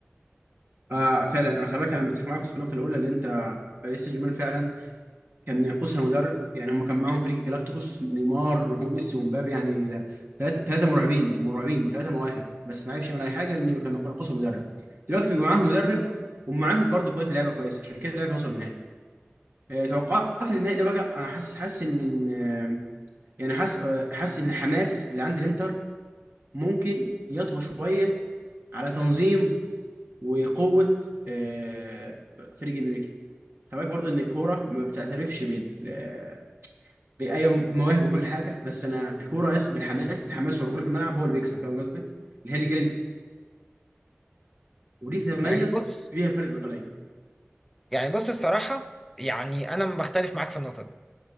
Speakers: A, on the right; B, in the centre.
A: آه فعلا انا خلي بالك انا متفق معاك بس في النقطه الاولى اللي انت باريس سان جيرمان فعلا كان ينقصها مدرب يعني هم كان معاهم فريق جلاكتيكوس نيمار وميسي ومبابي يعني لا ثلاثة ثلاثة مرعبين مرعبين ثلاثة مواهب بس ما عرفش يعمل أي حاجة إن كان ينقصهم مدرب دلوقتي بيبقى معاهم مدرب ومعاهم برضه كوية لعيبة كويسة عشان كده لعيبة وصلوا النهائي آه، توقعاتي للنهائي ده بقى أنا حاسس حاسس إن إن، آه، يعني حاسس آه، حاسس إن الحماس اللي عند الإنتر ممكن يطغى شوية على تنظيم وقوة آه، فريق إنريكي خلي بالك برضه إن الكورة ما بتعترفش بال- آه، ايوه مواهب وكل حاجه بس انا الكوره يس بالحماس الحماس والرجوله في الملعب هو اللي بيكسب فاهم قصدي؟ اللي هي اللي جرينتا ودي تتميز
B: يعني بص
A: فيها الفرق الايطاليين
B: يعني بص الصراحة يعني انا بختلف معاك في النقطة دي